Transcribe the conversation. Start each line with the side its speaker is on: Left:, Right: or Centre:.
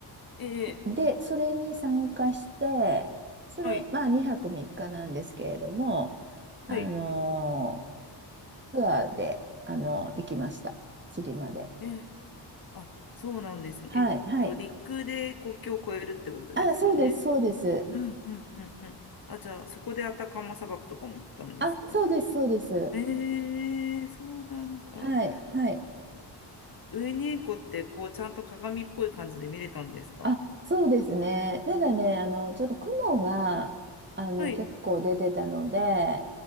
Left: ええ、
Right: で、それに参加して、それ、
Left: はい、
Right: まあ、2泊3日なんですけれども、あの
Left: はい。
Right: ーツアーで、あの行きました。チリまで。
Left: ええ、あ、そうなんですね。
Right: はい、
Left: えっと、
Right: はい。
Left: 陸で国境を越えるってことですよね。
Right: あ、そうです、そうです。
Left: うんうんうんうん。あ、じゃあ、そこでアタカマ砂漠とかも行ったんですか
Right: あ、そうです、そうです。
Left: ええ、そうなんだ。
Right: はい、はい。
Left: ウユニーコって、こう、ちゃんと鏡っぽい感じで見れたんですか
Right: あ、そうですね。ただね、あの、ちょっと雲が、あの、
Left: はい、
Right: 結構出てたので、